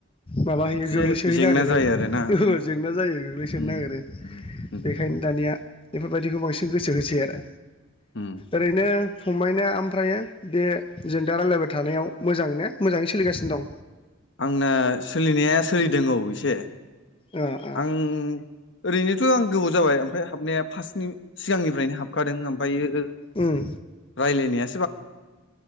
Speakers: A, on the left; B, on the left.
A: माबाहैयो
B: एसे
A: गोग्लैसोहैनो
B: जेंना
A: नागिरो
B: जायो आरोना
A: जेंना
B: उम
A: जायो गोग्लैसोनो
B: उम
A: नागिरो
B: उम उम
A: बेखायनो दा दानिया बेफोरबायदिखौ बांसिन गोसो होसै आरो
B: उम
A: ओरैनो फंबायना ओमफ्र बे जों दा रायज्लायबाय थानायाव मोजाङैनो मोजाङै सोलिगासिनो दं
B: आंनो सोलिनाया सोलिदों औ इसे
A: ओ ओ
B: आं ओरैनो आं गोबाव जाबाय ओमफ्राय हाबनाया फार्स्टनि सिगांनिफ्रायनो हाबखादों ओमफ्रायो
A: उम
B: राय्लायनाया।